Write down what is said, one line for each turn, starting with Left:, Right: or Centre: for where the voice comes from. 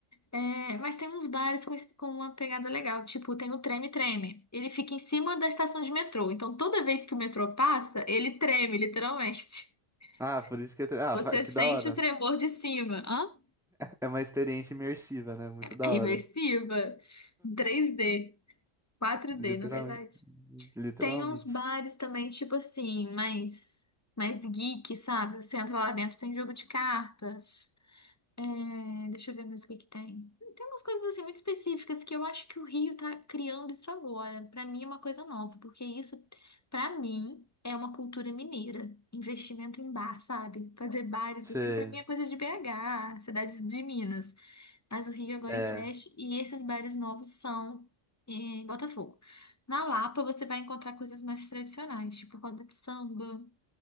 Left: É, mas tem uns bares com, esse- com uma pegada legal. Tipo, tem o Treme Treme. Ele fica em cima da estação de metrô. Então, toda vez que o metrô passa, ele treme, literalmente.
Centre: Ah, por isso que...
Left: <laughs>
Centre: eu te- Ah,
Left: Você
Centre: fa- que
Left: sente
Centre: da hora.
Left: o tremor de cima. Hã?
Centre: É uma experiência imersiva, né? Muito da
Left: É
Centre: hora.
Left: imersiva. 3D, 4D,
Centre: Literalmente.
Left: na verdade.
Centre: Literalmente.
Left: Tem uns bares também, tipo assim, mais, mais geek, sabe? Você entra lá dentro, tem jogo de cartas. É, deixa eu ver mais o que que tem. Tem umas coisas assim muito específicas que eu acho que o Rio tá criando isso agora. Pra mim é uma coisa nova, porque isso, pra mim, é uma cultura mineira. Investimento em bar, sabe? Fazer bares
Centre: Você.
Left: assim, pra mim é coisa de BH, cidades de Minas. Mas o Rio agora
Centre: É.
Left: investe e esses bares novos são em Botafogo. Na Lapa você vai encontrar coisas mais tradicionais, tipo roda de samba,